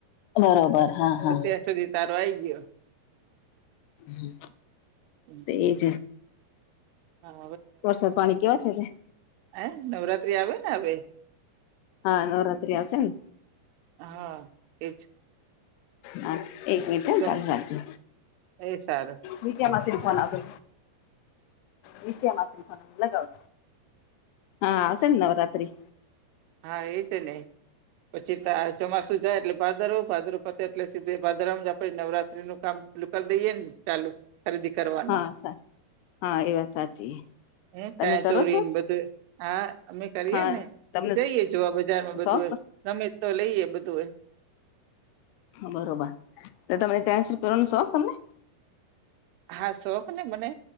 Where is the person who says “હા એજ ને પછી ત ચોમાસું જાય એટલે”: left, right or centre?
Right